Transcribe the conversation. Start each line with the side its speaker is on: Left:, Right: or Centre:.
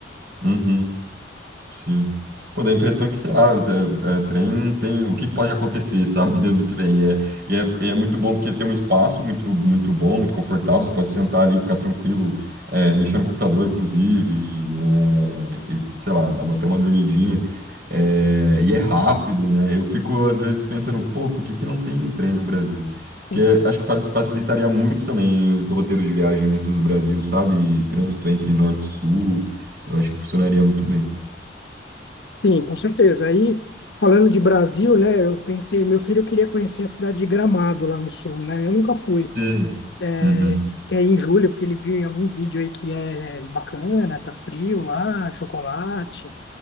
Right: uhum. Sim. Pô, dá a impressão que, sei lá, o tre- é, trem não tem. O que pode acontecer, <laughs> sabe, dentro do trem? É, e é, e é muito bom porque tem um espaço muito, muito bom, muito confortável. Você pode sentar ali, ficar tranquilo, é, mexer no computador, inclusive, e, é, e, sei lá, dar uma, até uma dormidinha. É, e é rápido, né? Eu fico, às vezes, pensando, pô, por que que não tem um trem no Brasil? Porque
Left: Uhum.
Right: acho que fa- facilitaria muito também o roteiro de viagem dentro do Brasil, sabe? E trânsito entre norte e sul. Eu acho que funcionaria muito bem.
Left: Sim, com certeza. Aí, falando de Brasil, né, eu pensei, meu filho queria conhecer a cidade de Gramado lá no sul, né? Eu nunca fui.
Right: Sei.
Left: É,
Right: Uhum,
Left: Que é em julho, porque ele viu em algum vídeo aí que é bacana, tá frio lá, chocolate.